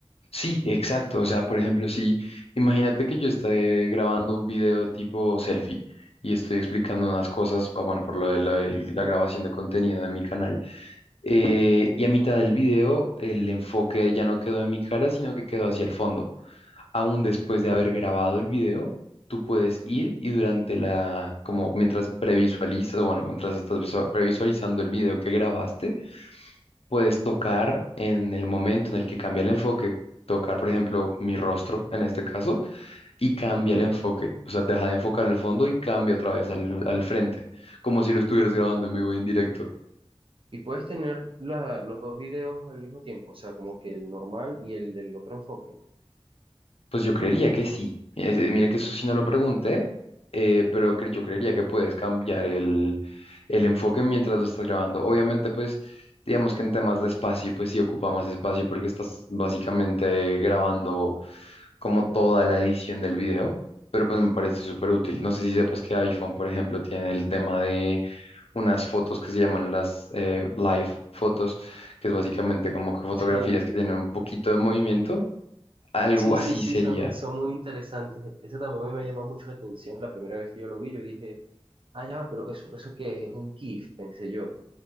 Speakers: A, on the left (about 70°); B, on the right (about 60°).
A: Sí, exacto. O sea, por ejemplo, si imagínate que yo esté grabando un video tipo selfie y estoy explicando unas cosas, ah, bueno, por lo de la el- la grabación de contenido de mi canal. Eh, y a mitad del video, el enfoque ya no quedó en mi cara, sino que quedó hacia el fondo. Aún después de haber grabado el video, tú puedes ir y durante la, como mientras previsualizas, o bueno, mientras estás visu- previsualizando el video que grabaste, puedes tocar en el momento en el que cambia el enfoque, tocar, por ejemplo, mi rostro en este caso, y cambia
B: ¿ok?
A: el enfoque. O sea, deja de enfocar el fondo y cambia otra vez al, al frente, como si lo estuvieras
B: Y,
A: grabando
B: y,
A: en vivo y en directo.
B: y puedes tener la, los dos videos al mismo tiempo, o sea, como que el normal y el del otro enfoque.
A: Pues yo creería que sí. Es- eh, Mira que eso sí no lo pregunté, eh, pero cre- yo creería que puedes cambiar el, el enfoque mientras lo estás grabando. Obviamente, pues, digamos que en temas de espacio, pues sí ocupa más espacio porque estás básicamente grabando como toda la edición del video, pero pues me parece súper útil. No sé si sepas que iPhone, por ejemplo, tiene el tema de unas fotos que se llaman las eh, live fotos, que es básicamente como que fotografías
B: Sí,
A: que tienen un poquito de movimiento. Algo
B: sí,
A: así
B: sí, sí,
A: sería.
B: son, son muy interesantes. Ese también a mí me llamó mucho la atención la primera vez que yo lo vi. Yo dije, Ah, ya, pero eso, eso qué es un GIF, pensé yo.